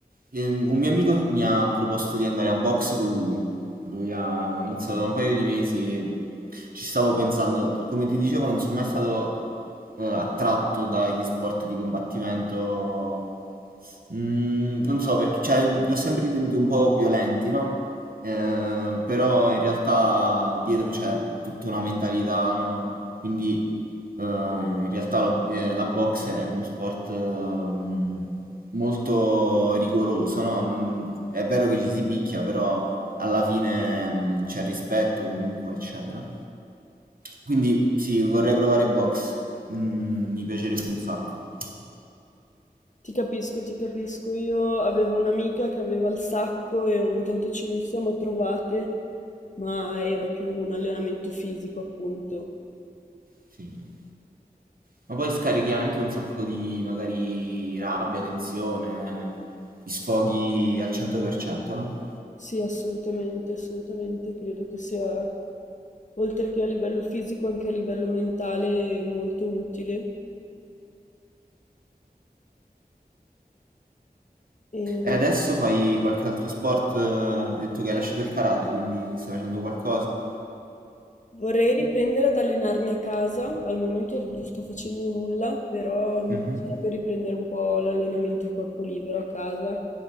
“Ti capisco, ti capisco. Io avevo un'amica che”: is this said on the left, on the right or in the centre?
Left